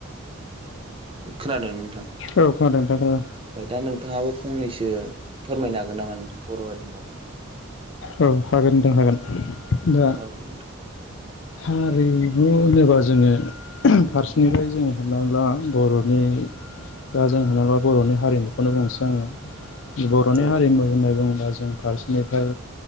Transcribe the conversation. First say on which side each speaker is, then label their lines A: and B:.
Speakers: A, on the right (about 25°); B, on the left (about 65°).
A: खोनादों नोंथां।
B: औ खोनादों नोंथां ओ
A: दा नोंथाङाबो फंनैसो फोरमायनो हागोन नामा बर' हारिनि बागै
B: औ हागोन नोंथां हागोन। दा
A: औ नोंथां
B: हारिमु होनोब्ला जोङो फारसेनिफ्राय जों हमनानै ला बर'नि दा जों हमना ला बर'नि हारिमुखौनो बुंनोसै आङो बर'नि
A: औ
B: हारिमु होननानै बुङोबा जों फारसेनिफ्राय